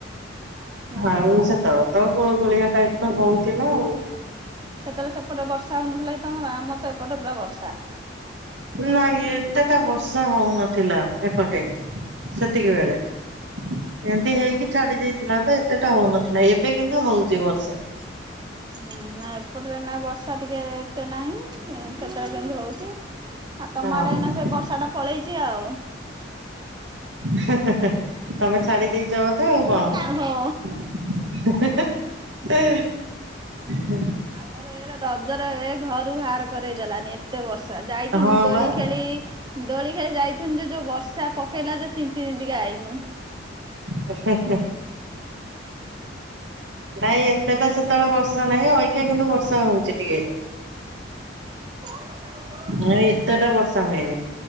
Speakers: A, on the right (about 25°); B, on the right (about 75°).
A: ହଁ। ହୁଁ
B: ଆଉ ସେତେବେଳେ ତ ଗୋ ଗୋଳିଆ ଟାଇପ ର ହଉଥିଲା ଆଉ
A: ସେତେବେଳେ ସେପଟେ ବର୍ଷା ହଉନଥିଲା କି ତମର ଆମର ତ ଏପଟେ ପୁରା ବର୍ଷା।
B: ନାଇଁ ଏତେଟା ବର୍ଷା ହଉନଥିଲା ଏପଟେ ସେ ସେତିକିବେଳେ ଏମିତି
A: ଚାଲି
B: ହେଇକି ଛାଡି ଯାଇଥିଲା ତ ଏତେଟା ହଉନଥିଲା ଏବେ କିନ୍ତୁ ହଉଛି ବର୍ଷା ବର୍ଷା
A: ହୁଁ ହୁଁ ନା ଏପଟରେ ନାଇ ବର୍ଷା ଟିକେ ଏତେ ନାହିଁ କେତେବେଳେ କେମିତି ହଉଛି। ଆଉ ତମ
B: ହଁ
A: ଆଡେ ଏଇନା ସେ ବର୍ଷା ଟା ପଳେଇଛି ଆଉ।
B: ହା ହା ହା ତମେ ଛାଡ଼ି ଦେଇ ଜ କଥା ଆଉ କଣ
A: ଓହୋ।
B: ହା ହା ହା
A: ମର ଏଇଆଡେ ରଜରେ ଏ ଘରୁ ବାହାର କରେଇଦେଲାନି ଏତେ ବର୍ଷା ତ ଯାଇଥିନୁ
B: ହଁ
A: ଦୋଳି
B: ବା।
A: ଖେଳି ଦୋଳି ଖେଳି ଯାଇଥିନି ଯେ ଯୋଉ ବର୍ଷା ପକେଇଲା ଯେ ତିନ୍ତି ତିନ୍ତି କା ଆଇନୁ।
B: ହେ ହେ ହେ। ନାଇଁ ଏତେ ଟା ସେତେବେଳେ ବର୍ଷା ନାହିଁ ଅଇକ୍ଷା କିନ୍ତୁ ବର୍ଷା ହଉଛି ଟିକେ
A: ହ <inaudible>
B: ଏଣେ ଏତେଟା ବର୍ଷା ହୁଏନି